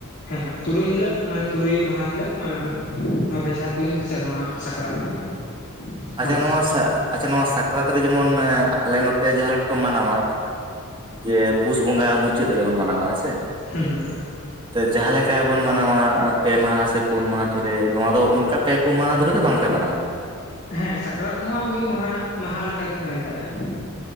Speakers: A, on the left; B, on the right.
A: ᱦᱮᱸ ᱦᱮᱸᱛᱩᱨᱩᱭ ᱦᱤᱞᱳᱜ ᱢᱟᱱᱮ ᱛᱩᱨᱩᱭ ᱢᱟᱦᱟ ᱦᱤᱞᱳᱜ ᱢᱟᱱᱮ ᱱᱚᱣᱟ ᱵᱮᱡᱷᱟ ᱛᱩᱧ ᱥᱮ ᱱᱚᱣᱟ ᱥᱟᱠᱨᱟᱛ ᱦᱩᱭᱩᱜᱼᱟ
B: ᱟᱪᱪᱷᱟ
A: ᱟᱞᱮ ᱥᱮᱫ
B: ᱱᱚᱣᱟ
A: ᱫᱚ
B: ᱟᱪᱪᱷᱟ ᱱᱚᱣᱟ ᱥᱟᱠᱨᱟᱛ ᱨᱮ ᱡᱮᱢᱚᱱ ᱟᱞᱮ ᱱᱚᱛᱮ ᱡᱟᱦᱟᱸ ᱞᱮᱠᱟ ᱠᱚ ᱢᱟᱱᱟᱣᱟ ᱡᱮ ᱯᱩᱥ ᱵᱚᱸᱜᱟ ᱢᱩᱪᱟᱹᱫ ᱨᱮᱵᱚᱱ ᱢᱟᱱᱟᱣᱟ ᱦᱮᱸᱥᱮ
A: ᱦᱩᱸ ᱦᱩᱸ ᱦᱩᱸ
B: ᱛᱮ ᱡᱟᱦᱟᱸ ᱞᱮᱠᱟ ᱵᱩᱱ ᱢᱟᱱᱟᱣᱟ ᱯᱮ ᱢᱟᱦᱟ ᱥᱮ ᱯᱩᱱ ᱢᱟᱦᱟ ᱫᱷᱚᱨᱮ ᱱᱚᱣᱟ ᱫᱚ ᱚᱱᱠᱟ ᱯᱮ ᱯᱩᱱ ᱢᱟᱦᱟ ᱫᱷᱚᱨᱮ ᱫᱚ ᱵᱟᱝ ᱯᱮ ᱢᱟᱱᱟᱣᱟ?
A: ᱦᱮᱸ ᱥᱟᱠᱨᱟᱛ ᱫᱚ ᱦᱟᱸᱜ ᱢᱤᱫ ᱢᱟᱦᱟ ᱢᱟᱦᱟ ᱞᱮᱠᱟ ᱜᱮᱢ ᱢᱮᱱ ᱫᱟᱲᱮᱭᱟᱜᱼᱟ᱾